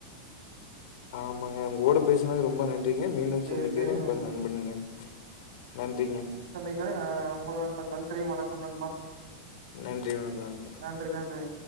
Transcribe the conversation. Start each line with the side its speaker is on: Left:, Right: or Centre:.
Left: ஆமாங்க உங்கோட பேசுனது ரொம்ப நன்றி ங்க மீண்டும்
Right: சேரி
Left: சந்திக்கிறே
Right: சேரிங்க
Left: உங்க நண்பணுங்க நன்றிங்க
Right: இதுவரை நா உங்க நண்பன் நன்றி வணக்கம் நண்பா
Left: நன்றி வணக்கம் நண்பா
Right: நன்றி நன்றிங்க